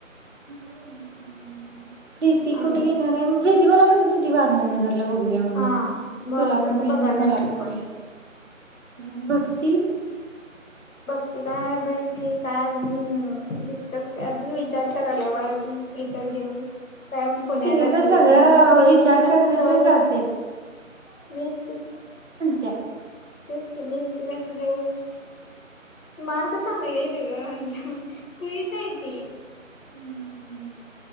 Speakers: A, on the right; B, on the left.
A: हं हम्म. प्रीती
B: आणि
A: कुठं घेणार हाय. प्रीती मला म्हणली. <unintelligible> होती वारणानगर. <unintelligible> बघूया म्हणून,
B: हा वरणाच
A: तुला पण माहिती
B: बघाल्या
A: हाय मला
B: ती
A: पण माहिती हाय आणि भक्ती
B: ती काय बाई ती काय अजून डिस्कस अजून विचार करायल्या बाळ ती. इथं घेऊ काय पुण्याला
A: तिथं
B: घेऊ
A: तर सगळा
B: मी
A: विचार
B: एकटी कस
A: करण्यातच
B: जाऊ,
A: जाते
B: मी एकटी
A: त्या
B: मी एकटी कस जाऊ, मार्क चांगले आहेत ग खुळीच हाय ती
A: हम्म